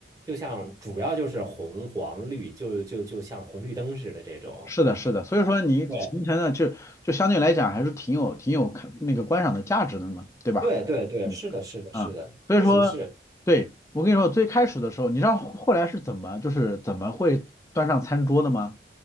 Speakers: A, on the right; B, on the left.
A: 就像主要就是红黄绿，就就就像红绿灯似的这种。
B: 是的，是的，所以说你形成了就就相对来讲还是挺有挺有看那个观赏的价值的嘛，
A: 对
B: 对吧？
A: 对对对，
B: 嗯。
A: 是的，是的，
B: 啊，
A: 是的，
B: 所以说，
A: 确实是。
B: 对，
A: 是
B: 我跟你说，最开始的时候，你知道后来是怎么，就是怎么会端上餐桌的吗？